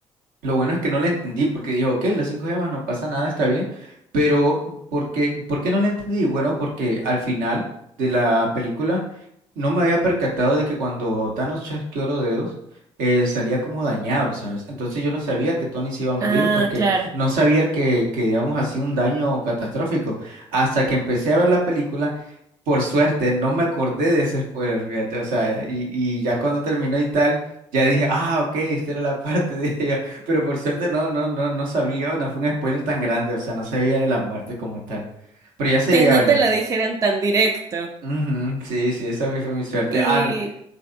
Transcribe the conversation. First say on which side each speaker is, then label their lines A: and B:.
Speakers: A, on the right; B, on the right.
A: Lo bueno es que no la entendí porque digo, ok, las cinco gemas no pasa nada, está bien, pero ¿por qué, por qué no la entendí? Bueno, porque al final de la película no me había percatado de que cuando Thanos chasqueó los dedos eh, salía como dañado, ¿sabes? Entonces yo no sabía que Tony se iba a morir
B: Ah,
A: porque
B: claro.
A: no sabía que, que digamos así, un daño catastrófico. Hasta que empecé a ver la película. Por suerte, no me acordé de ese spoiler, fíjate, o sea, eh, y, y ya cuando terminó y tal, ya dije, ah, ok, esta era la parte, <laughs> dije yo, pero por suerte no, no, no, no sabía, no fue un spoiler tan grande, o sea, no sabía de la muerte como tal, pero ya se
B: Si
A: veía
B: no
A: venir.
B: te lo dijeran tan directo.
A: Ujú, sí, sí, esa mi- fue mi suerte.
B: Y
A: Ah,